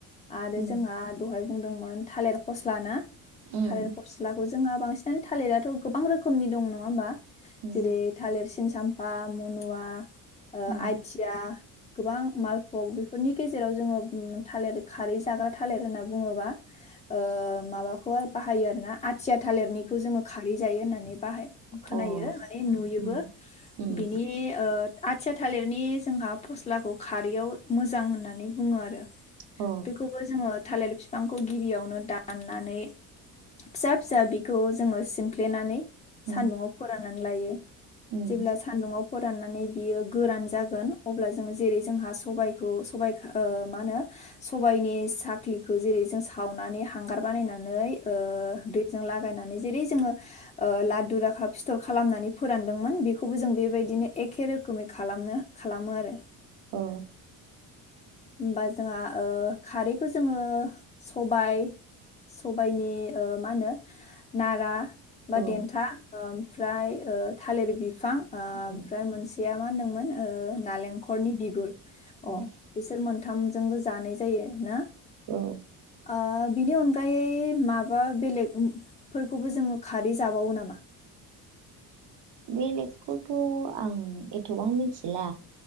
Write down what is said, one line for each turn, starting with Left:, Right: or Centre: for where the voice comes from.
Left: आरो
Right: उम
Left: जोंहा दहाय बुंदोंमोन थालिर फस्ला ना
Right: उम
Left: थालेर फस्लाखौ जोंहा बांसिनानो थालिर थ' गोबां रोखोमनि दं नङा होमबा।
Right: उम
Left: जेरै थालिर सिन चामपा, मनुवा, ओ
Right: उम
Left: आथिया, गोबां मालफग बेफोरनि गेजेराव जोङो थालेर खारै जाग्रा थालर होनना बुङोबा ओ माबाखौ बाहायो आरो ना आथिया थालिरनिखौ जोङो खारै जायो होननानै बाहाय खोनायो
Right: अ
Left: माने नुयोबो।
Right: उम उम
Left: बिनि ओ आथिया थालिरनि जोंहा फस्लाखौ खारैयाव मोजां होननानै बुङो आरो।
Right: अ
Left: बेखौबो जोङो थालेर बिफांखौ गिबियावनो दाननानै फिसा-फिसा बि खौ जोङो सिमफ्लेनानै
Right: उम
Left: सान्दुंआव फोरा नानै लायो।
Right: उम
Left: जेब्ला सान्दुंआव फो राननानै बियो गोरान जागोन, अब्ला जोङो जेरै जोंहा सबायखौ सबाय ओ मा होनो सबायनि साख्लिखौ जोङो जेरै सावनानै हांगार बानायनानै ओ दैजों लागायनानै जेरै जोङो ओ लादु राखा फिथर खालामनानै फोरानदोंमोन बेखौबो जों बेबायदिनो एखे रोखोमै खालामनो खालामो आरो।
Right: अ
Left: होमबा जोंहा ओ खारैखौ जोङो सबायाइ सबायाइनि मा होनो नारा बा
Right: औ
Left: देन्था ओमफ्राय ओ। थालिर बि फां ओ
Right: उम,
Left: ओमफ्राय मोनसे <unintelligible> मा होन्दोंमोन ओ नालेंखरनि बिगुर
Right: बाथौ
Left: अ बिसोर मोनथाम जों। बो जानाय जायो ना।
Right: औ।
Left: ओ बिनि अनगायै माबा। बेलेग फोरखौबो जोङो खारै जाबावो नामा।
Right: बेलेगखौथ' आं एथबां मिथिला।